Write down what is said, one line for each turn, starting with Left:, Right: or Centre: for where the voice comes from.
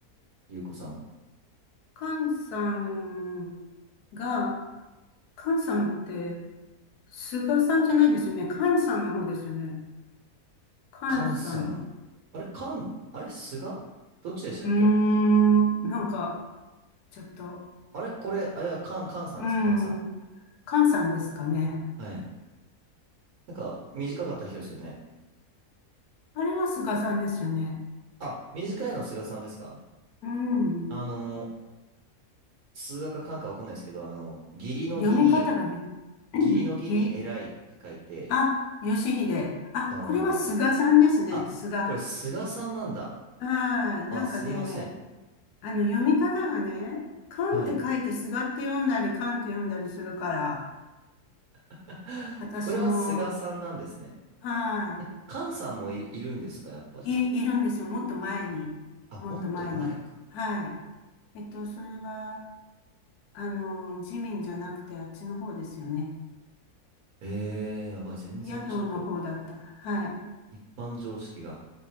Right: ゆうこさんは。
Left: 菅さんが、菅さんって、菅さんじゃないですよね。菅さんの方ですよね。菅さん。
Right: 菅さん。あれ菅、あれ菅どっちでしたっけ
Left: うーん、なんか、ちょっと、
Right: あれこれ、あ、いや、カン、カンさんです、
Left: うーん、
Right: カンさん。
Left: 菅さんですかね。
Right: はい。なんか、短かった人ですよね。
Left: あれは菅さんですよね。
Right: あ、短いの菅さんですか
Left: うん。
Right: あのー、数学かカンかわかんないですけど、あのー、義理の義に、
Left: 読み方がね、
Right: 義理の義に偉いって書いて、
Left: <clears throat> ぎ、あ、義秀。あ、
Right: 下の名前が。
Left: これは菅さんですね。
Right: あ、
Left: 菅。は
Right: これ菅さんなんだ。
Left: ーい。なんかね、
Right: あ、すいません。
Left: あの、読み方がね、缶って書いてすがって読んだり、
Right: はい。
Left: 缶って読んだりするから、
Right: <laughs>
Left: 私も、
Right: これは菅さんなんですね。
Left: は
Right: え、カンさんもい、いるんですかやっぱじゃ
Left: い、い、いるんですよ。もっと前に。
Right: あ。あ、
Left: もっと前に。
Right: もっと前か。
Left: はい。えっと、それは、あの、自民じゃなくて、あっちの方ですよね。
Right: えー、やばい、全然ちょっと、
Left: 野党の方だった。はい。
Right: 一般常識が。